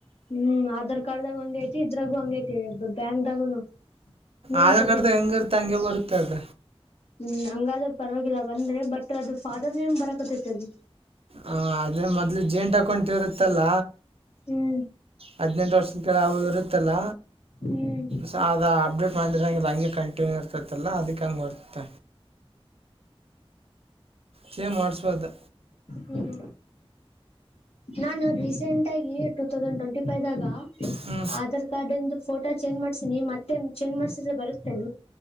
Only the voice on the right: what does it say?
ಆಧಾರ್
ಕಡ್ದಾಗ ಹೆಂಗ ಇರುತ್ತೆ ಹಂಗೆ ಬರುತ್ತೆ ಅದ
ಹಾ ಅದೇ ಮೊದ್ಲು ಜೇಂಟ ಅಕೌಂಟ್ ಇರುತ್ತಲ್ಲ.
ಹದ್ನೆಂಟು ವರ್ಷದ ಕಳ ಯಾವು ಇರುತ್ತಲ್ಲ
ಸಾ ಅದ ಅಪ್ಡೇಟ್ ಮಾಡಿರಾಂಗಿಲ್ಲ ಹಂಗೆ ಕಂಟಿನ್ಯೂ ಇರ್ತೈತ್ತಲ್ಲ ಅದಿಕ್ಕೆ ಹಂಗೆ ಬರುತ್ತ್. ಚೇಂಜ್ ಮಾಡಸಬಹುದ್.
ಹ್ಞೂ